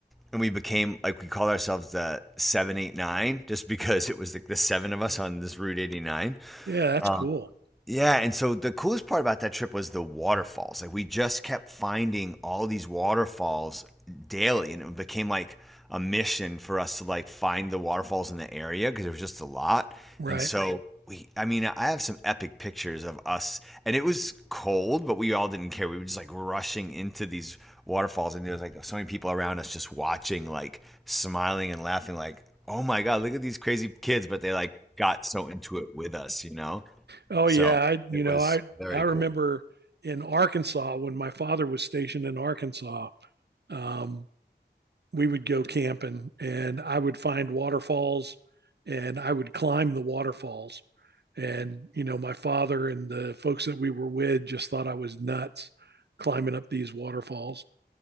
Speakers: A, in the centre; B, on the right.
A: and we became like we called ourselves the seven eight nine just because it was like the seven of us on this route eighty nine.
B: Yeah, that's
A: Um,
B: cool.
A: yeah, and so the coolest part about that trip was the waterfalls. Like we just kept finding all these waterfalls daily, and it became like a mission for us to like find the waterfalls in the area because there was just a lot.
B: Right.
A: And Right. so we, I mean, I have some epic pictures of us, and it was cold, but we all didn't care. We were just like rushing into these waterfalls, and there was like so many people around us just watching, like smiling and laughing, like, oh my God, look at these crazy kids, but they like got so into it with us, you know?
B: Oh
A: So
B: yeah, I you
A: it
B: know,
A: was
B: I
A: very
B: I remember
A: cool.
B: in Arkansas when my father was stationed in Arkansas. Um, we would go camping and I would find waterfalls and I would climb the waterfalls. And, you know, my father and the folks that we were with just thought I was nuts climbing up these waterfalls.